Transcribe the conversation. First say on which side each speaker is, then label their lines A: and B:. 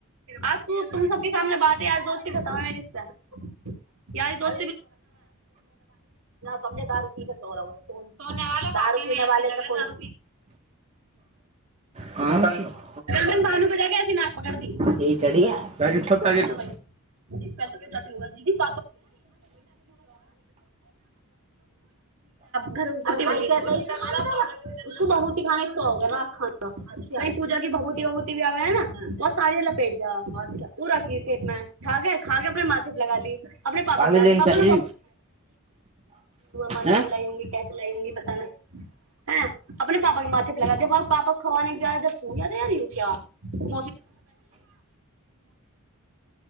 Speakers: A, on the right; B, on the right.
A: आ तू तुम सबके सामने बात यार दोस्ती खताबै मे द ब समझे दारू की क सौर <unintelligible> कोनो दारु पिने वाले को क त
B: कौन
A: बू कज कसी न पकड़ द क
B: ये चढ़िया पैकेट सब पैकेट
A: <unintelligible>
B: दो
A: ज पल त जात ल दीी <unintelligible> ठ घर <unintelligible> उको बहुत ही खाने शौक ह र खा <unintelligible> यी पूजा क भभूती वभूति भ आबु है ने बहुत सारी लपेट जा ह्छा उ राी सेपमें ठाक है खाक अपने माथेप लगा ली अपने पापा
B: अभी
A: गला
B: लेने
A: द पपा
B: चल रही
A: मनी
B: हैं
A: बुलाई ही ली पता नहि ह अपने पापा के माथेप लगा दे पापा खवे कार त फू या त यार क्य <unintelligible>